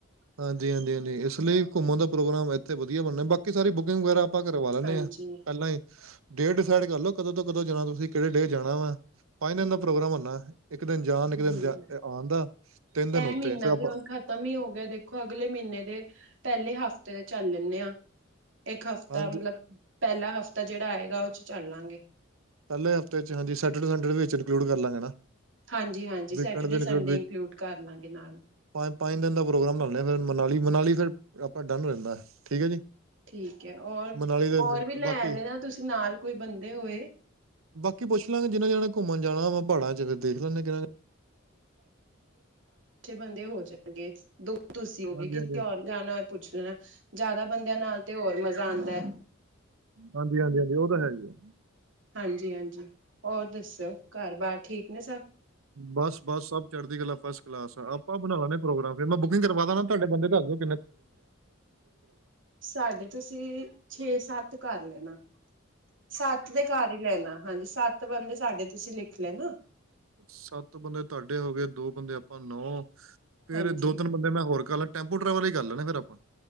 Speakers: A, on the right (about 80°); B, on the right (about 65°).
A: ਹਾਂਜੀ-ਹਾਂਜੀ-ਹਾਂਜੀ ਇਸ ਲਈ ਘੁੰਮਣ ਦਾ ਪ੍ਰੋਗਰਾਮ ਇੱਥੇ ਵਧੀਆ ਬਣਨਾ ਬਾਕੀ ਸਾਰੀ ਬੁਕਿੰਗ ਵਗੈਰਾ ਆਪਾਂ ਕਰਵਾ ਲੈਂਦੇ
B: ਹਾਂਜੀ
A: ਹਾਂ ਪਹਿਲਾਂ ਹੀ ਡੇਟ ਡਿਸਾਈਡ ਕਰਲੋ ਕਦੋਂ ਤੋਂ ਕਦੋਂ ਜਾਣਾ ਤੁਸੀਂ ਕਿਹੜੇ ਡੇਟ ਜਾਣਾ ਵਾ ਪੰਜ ਦਿਨ
B: ਹੂੰ
A: ਦਾ ਪ੍ਰੋਗਰਾਮ ਹੁੰਦਾ ਇੱਕ ਦਿਨ ਜਾਣ ਇੱਕ
B: ਹੂੰ
A: ਦਿਨ ਆਣ ਦਾ ਤਿੰਨ ਦਿਨ
B: ਇਹ
A: ਉੱਥੇ
B: ਮਹੀਨਾ
A: ਫਿਰ ਆਪਾਂ
B: ਤੇ ਹੁਣ ਖਤਮ ਹੀ ਹੋ ਦੇਖੋ ਅਗਲੇ ਮਹੀਨੇ ਦੇ ਪਹਿਲੇ ਹਫ਼ਤੇ ਦੇ ਚੱਲ ਲੈਂਦੇ ਆ ਇੱਕ ਹਫਤਾ
A: ਹਾਂਜੀ
B: ਮਤਲਬ ਪਹਿਲਾ ਹਫਤਾ ਜਿਹੜਾ ਆਏਗਾ ਉਹ ਚ ਚੱਲਾਂਗੇ
A: ਪਹਿਲੇ ਹਫ਼ਤੇ ਚ ਹਾਂਜੀ ਸੈਡੇ ਸਨਡੇ ਵਿੱਚ ਇੰਕਲੂਡ ਕਰ ਲਾਂਗੇ ਨਾ
B: ਹਾਂਜੀ-ਹਾਂਜੀ ਸੈਟਰਡੇ
A: ਵੀਕਐਂਡ ਵੀ ਇਨਕਲੂਡ
B: ਸੰਡੇ ਇੰਕਲੂਡ ਕਰ ਲਾਂਗੇ ਨਾਲ
A: ਪੰਜ ਪੰਜ ਦਿਨ ਦਾ ਪ੍ਰੋਗਰਾਮ ਬਣਾਉਂਦੇ ਹਾਂ ਫਿਰ ਮਨਾਲੀ-ਮਨਾਲੀ ਫਿਰ ਆਪਾਂ ਡਨ ਰਹਿੰਦਾ ਠੀਕ ਹੈ ਜੀ।
B: ਠੀਕ ਹੈ ਹੋਰ-ਹੋਰ
A: ਮਨਾਲੀ ਦੇ
B: ਵੀ ਲੈ
A: ਬਾਕੀ
B: ਲੈਣਾ ਤੁਸੀਂ ਨਾਲ ਕੋਈ ਬੰਦੇ ਹੋਏ
A: ਬਾਕੀ ਪੁੱਛ ਲਾਂਗੇ ਜਿਨਾ ਜਾਣੇ ਘੁੰਮਣ ਜਾਣਾ ਵੈਂ ਪਹਾੜਾਂ ਚ ਜਰ ਦੇਖਲਾਂ ਕਿ
B: ਚੇ ਬੰਦੇ ਹੋ ਜਾਣਗੇ ਦੋ ਤੁਸੀਂ ਹੋਗੇਏ
A: ਹਾਂਜੀ
B: ਕਿ
A: ਹਾਂਜੀ
B: ਹੋਰ ਜਾਣਾ ਹੋ ਪੁੱਛ ਲੈਣਾ ਜ਼ਿਆਦਾ ਬੰਦਿਆਂ ਨਾਲ ਤੇ ਹੋਰ ਮਜ਼ਾ ਆਉਂਦਾ ਹੈ।
A: ਹਾਂਜੀ-ਹਾਂਜੀ-ਹਾਂਜੀ ਉਹ ਤਾਂ ਹੈ ਹੀ ਆ
B: ਹਾਂਜੀ-ਹਾਂਜੀ ਹੋਰ ਦੱਸੋ ਘਰ ਬਾਰ ਠੀਕ ਨੇ ਸਭ।
A: ਬਸ-ਬਸ ਸਭ ਚੜ੍ਹਦੀ ਗੱਲਾਂ ਫਸਟ ਕਲਾਸ ਆ ਆਪਾਂ ਬਣਾ ਲੈਣੇ ਪ੍ਰੋਗਰਾਮ ਫੇਰ ਮੈਂ ਬੁਕਿੰਗ ਕਰਵਾ ਦਣਾ ਤੁਹਾਡੇ ਬੰਦੇ ਦਸਦੋ
B: ਸਾਡੇ ਤੁਸੀਂ ਛੇ ਸੱਤ ਕਰ ਲੈਣਾ ਸੱਤ ਤੇ ਕਰ ਹੀ ਲੈਣਾ ਹਾਂਜੀ ਸੱਤ ਬੰਦੇ ਸਾਡੇ ਤੁਸੀਂ ਲਿਖ। ਲੈਣਾ।
A: ਸੱਤ ਬੰਦੇ ਤੁਹਾਡੇ ਹੋ ਗਏ ਦੋ ਬੰਦੇ ਆਪਾਂ ਨੌ। ਫੇਰ
B: ਹਾਂਜੀ
A: ਦੋ ਤਿੰਨ ਬੰਦੇ ਮੈਂ ਹੋਰ ਕਰ ਲੈ ਟੈਂਪੂ ਟਰੈਵਲ ਹੀ ਕਰ ਲੈਣਾ ਫੇਰ ਆਪਾਂ।